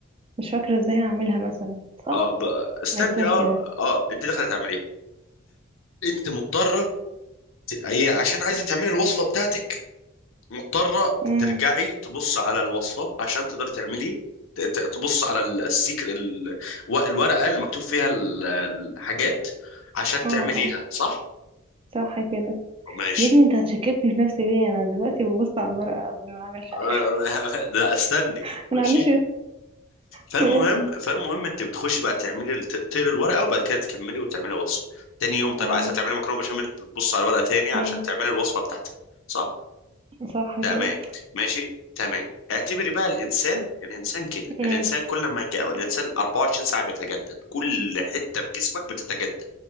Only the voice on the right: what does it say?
مش فاكرة ازاي هعملها مثلا صح
عايز تقول
كده
امم
اه
اه
صح كده
يا ابني انت هتشككني في نفسي ليه انا دلوقتي ببص على الورقة قبل ما اعمل حاجة
<laughs> انا
عنديش
يقول
اه
تاني
صح
كده
امم